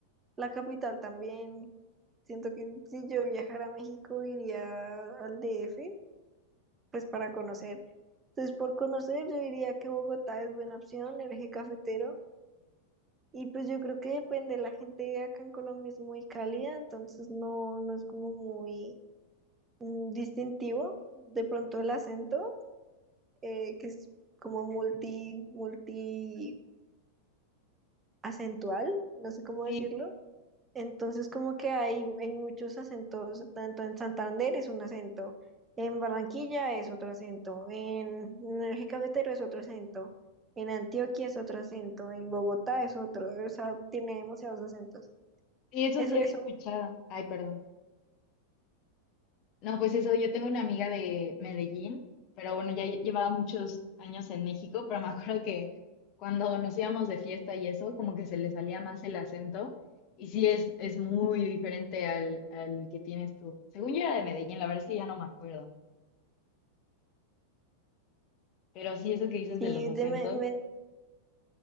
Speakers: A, on the right; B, on the left.
A: la capital también. Siento que si yo viajara a México, iría al DF, pues para conocer. Entonces, por conocer, yo diría que Bogotá es buena opción, el eje cafetero. Y pues yo creo que depende, la gente acá en Colombia es muy cálida, entonces no, no es como muy mm, distintivo. De pronto el acento, eh, que es como multi, multi acentual, no sé cómo
B: Sí,
A: decirlo. Entonces como que hay, hay muchos acentos, tanto en Santander es un acento, en Barranquilla es otro acento, en, en el eje cafetero es otro acento, en Antioquia es otro acento, en Bogotá es otro, o sea, tiene demasiados acentos.
B: Sí, eso
A: Eso,
B: sí había
A: eso
B: escuchado. Ay, perdón. No, pues eso, yo tengo una amiga de Medellín, pero bueno, ya lle- llevaba muchos años en México, <laughs> pero me acuerdo que cuando nos íbamos de fiesta y eso, como que se le salía más el acento. Y sí, es, es muy diferente al, al que tienes tú. Según yo era de Medellín, la verdad es que ya no me acuerdo. Pero sí, eso que dices
A: Sí,
B: de los acentos,
A: de- me, me-